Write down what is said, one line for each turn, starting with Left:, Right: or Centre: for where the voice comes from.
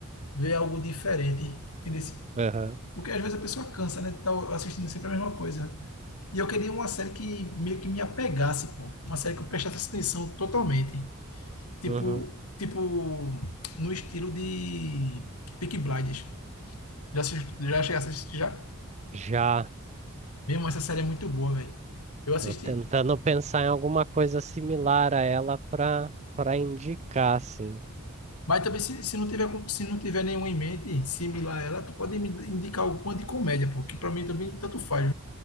Left: ver algo diferente. Entendeu?
Right: Aham,
Left: Porque às vezes a pessoa cansa, né? Tá assistindo sempre a mesma coisa. E eu queria uma série que meio que me apegasse, pô. Uma série que eu prestasse atenção totalmente. Tipo,
Right: uhum.
Left: tipo no estilo de Peaky Blinders. Já, assisti, já cheguei a assistir já?
Right: Já
Left: Mesmo essa série é muito boa, velho. Eu assisti.
Right: tô tentando pensar em alguma coisa similar a ela pra, pra indicar, assim.
Left: Mas também se, se não tiver, com- se não tiver nenhuma em mente similar a ela, tu pode me indicar alguma de comédia, pô. Que pra mim também tanto faz,